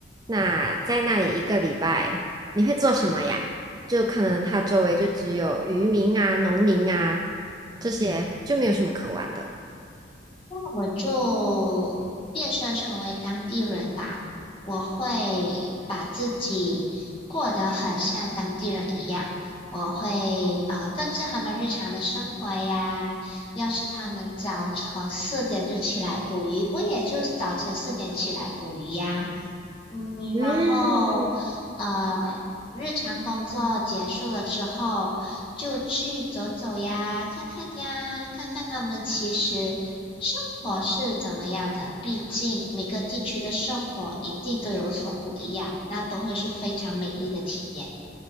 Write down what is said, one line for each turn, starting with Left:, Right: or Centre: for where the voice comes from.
Right: 那在那里一个礼拜你会做什么呀？就可能它周围就只有渔民啊、农民啊这些，就没有什么可玩的。
Left: 那我就变身成为当地人吧。我会把自己过得很像当地人一样，我会呃跟着他们日常的生活呀。要是他们早晨四点就起来捕鱼，我也就早晨四点起来捕鱼呀。嗯，
Right: 嗯，
Left: 然后呃，日常工作结束了之后，就去走走呀，看看呀，看看他们其实生活是怎么样的。毕竟每个地区的生活一定都有所不一样，那都会是非常美丽的体验。